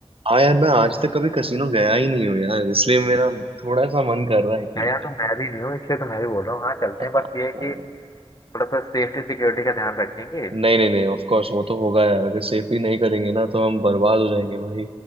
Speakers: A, on the right (about 60°); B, on the left (about 35°).
A: हाँ यार मैं आज
B: है ना
A: तक कभी कसिनो गया ही नहीं हूँ यार इसलिए मेरा थोड़ा सा मन कर रहा है कि
B: गया तो मैं भी नहीं हूँ इसलिए तो मैं भी बोल रहा हूँ हाँ चलते
A: आ,
B: हैं बस ये है
A: आ,
B: कि थोड़ा सा सेफ्टी सिक्योरिटी का ध्यान रखेंगे
A: नहीं नहीं नहीं ऑफ कोर्स वो तो होगा यार अगर सेफली नहीं करेंगे ना तो हम बर्बाद हो जाएंगे भाई